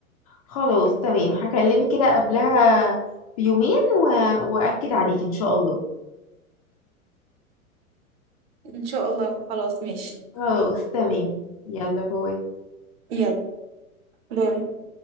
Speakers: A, on the left; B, on the right.
A: خلاص تمام هكلمك كده قبلها بيومين و... واكد عليك ان شاء الله
B: ان شاء الله خلاص ماشي
A: خلاص تمام يلا باي
B: يلا باي